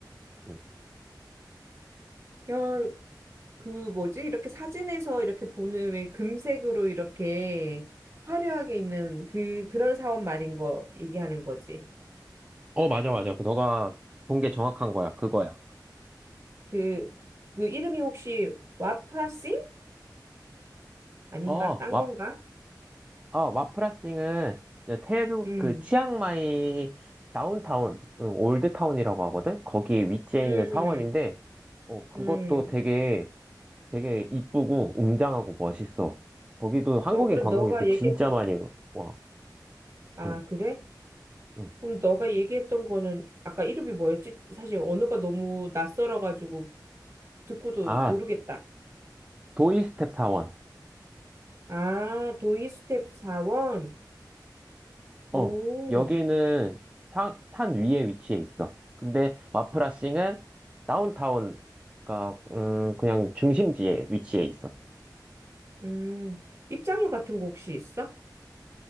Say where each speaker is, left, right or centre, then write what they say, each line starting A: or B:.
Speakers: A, on the right; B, on the right.
A: 응.
B: 야, 그 뭐지? 이렇게 사진에서 이렇게 보는 왜 금색으로 이렇게 화려하게 있는 그 그런 사원 말인 거 얘기하는 거지.
A: 어, 맞아, 맞아. 그 너가 본 게 정확한 거야. 그거야.
B: 그 그 이름이 혹시 와프라싱 아닌가?
A: 어,
B: 딴
A: 와,
B: 건가?
A: 아, 와프라싱은 이제 태국
B: 음.
A: 그 치앙마이 다운타운, 응, 올드타운이라고 하거든? 거기에 위치해
B: 음.
A: 있는 사원인데, 어, 그것도
B: 음.
A: 되게, 되게 이쁘고 웅장하고 멋있어. 거기도 한국인
B: 어, 그럼
A: 관광객도
B: 너가
A: 진짜
B: 얘기했던
A: 많이 와.
B: 아,
A: 응,
B: 그래?
A: 응.
B: 그럼 너가 얘기했던 거는 아까 이름이 뭐였지? 사실 언어가 너무 낯설어 가지고 듣고도
A: 아,
B: 모르겠다.
A: 도이스텝 사원.
B: 아, 도이 스텝 사원. 오.
A: 어, 여기는 사- 산 위에 위치해 있어. 근데 와프라싱은 다운타운, 그러니까 음, 그냥 중심지에 위치해 있어.
B: 음, 입장료 같은 거 혹시 있어?